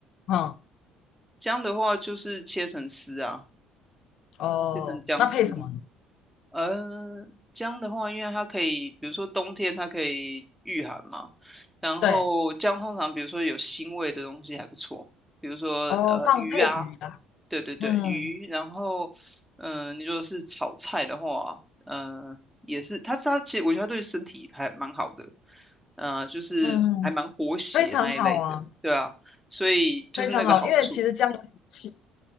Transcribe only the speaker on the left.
嗯，
哦，
那配什么？
对，
哦，放配鱼啦，
嗯
嗯。嗯非常好啊，
非常好，因为其实这样有福气